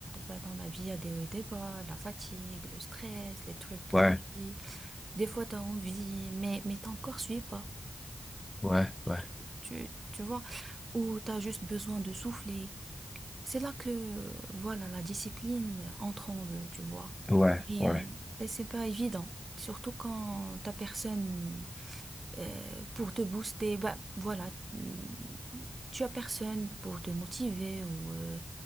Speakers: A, on the right; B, on the left.
A: ben, dans la vie, il y a des hauts et des bas, la fatigue, le stress, les trucs
B: Ouais,
A: de la vie. Des fois, tu as envie, mais, mais ton corps suit pas.
B: ouais, ouais,
A: tu, tu, tu vois, où tu as juste besoin de souffler. C'est là que, euh, voilà, la discipline entre en jeu, tu vois.
B: ouais,
A: Mais,
B: ouais.
A: euh, ben, c'est pas évident. Surtout quand t'as personne euh, pour te booster, bah voilà, mm, tu as personne pour te motiver ou euh,